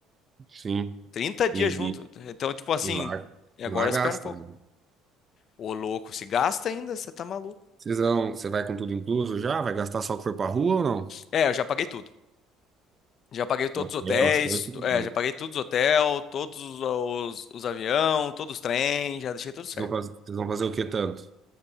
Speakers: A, on the right; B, on the left.
A: sim.
B: Trinta dias
A: E,
B: junto. Então, tipo assim,
A: e lá,
B: e agora
A: e lá gasta.
B: espera um pouco.
A: né?
B: Ô, louco, se gasta ainda, você tá maluco.
A: Vocês vão, você vai com tudo incluso já? Vai gastar só o que for pra rua ou não?
B: É, eu já paguei tudo. Já paguei todos
A: Hotel,
B: os hotéis,
A: as coisas, tudo
B: to- é,
A: pago.
B: já paguei todos os hotéis, todos os, os, os aviões, todos os trens, já deixei tudo certo.
A: Vocês vão faz- vocês vão fazer o que tanto?